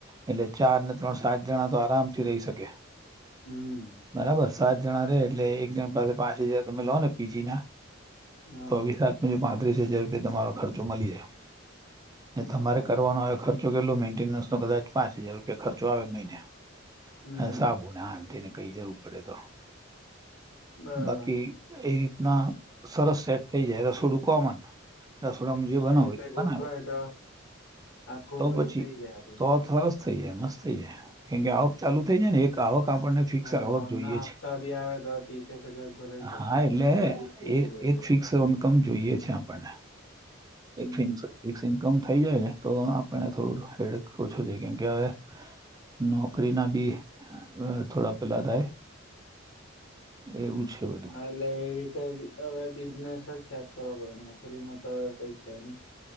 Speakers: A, on the right; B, on the left.
A: એટલે ચાર ને ત્રણ સાત જણા તો આરામથી રહી શકે.
B: હમ
A: બરાબર સાત જણા રે એટલે એક જણ પાસે પાંચ હજાર તમે લો ને પી જી ના
B: હા
A: તોવિસાત હાથ ને પાંત્રીસ હજાર રૂપિયા તમારો ખર્ચો મલી જાય. તમારે
B: હા
A: કરવાનો હોય ખર્ચો કેટલો મેન્ટેનન્સ નો કદાચ પાંચ હજાર રૂપિયા ખર્ચો આવે મહિને
B: હમ
A: હ સાબુને આને તેને કઈ દેવ પડે તો
B: બરાબર
A: બાકી એ રીતના સરસ સેટ થઈ જાય રસોડું કોમન રસોડામાં જે બનાવું
B: એ રીતે
A: તો
B: ગોઠવાય
A: બનાવે
B: તો આખું
A: તો
B: પેલું
A: પછી
B: થઈ જાય આપડું
A: તો થરસ થઈ જાય મસ્ત થઈ જાય કેમ કે આવક ચાલુ થઈ જાય ને એક આવક આપણને ફિક્સર
B: લોન
A: આવક જોઈએ
B: ના હપ્તા
A: છે
B: બી આવે તો ત્રીસેક હજાર ભરાઈ શકે.
A: હા એટલે
B: પચીસ ત્રીસ હજાર
A: એક
B: જેવા
A: ફિક્સ ઈકમ જોઈએ છે આપને
B: હમ.
A: <unintelligible> ગમ થઈ જાય ને તો આપણને થોડું હેડ ઓછું છેઈ કેહેવાય નોકરી ના ભી થોડા પેલાદાય એવું છે બધું
B: એ રીતે હવે બિઝનેસ જ સેટ કરો પડે તમે છોરીમાં તો કઈ છે નહી